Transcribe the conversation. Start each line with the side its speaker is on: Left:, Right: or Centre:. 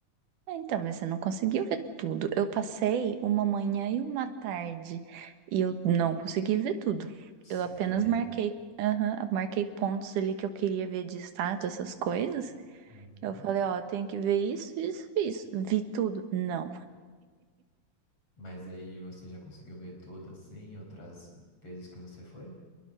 Right: Ah, Então, mas você não conseguiu ver tudo. Eu passei uma manhã e uma tarde e eu não consegui ver tudo.
Left: Sério?
Right: Eu apenas marquei, aham, marquei pontos ali que eu queria ver de estátua, essas coisas.
Left: Uhum.
Right: Eu falei, ó, tem que ver isso, isso, isso. Vi tudo. Não.
Left: Mas aí você já conseguiu ver tudo assim, outras vezes que você foi?